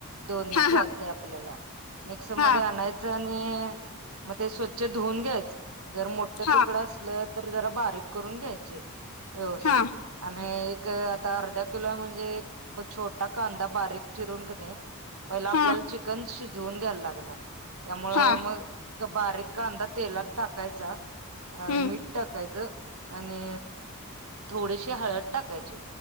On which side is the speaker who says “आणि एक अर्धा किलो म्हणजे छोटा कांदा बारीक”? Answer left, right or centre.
Right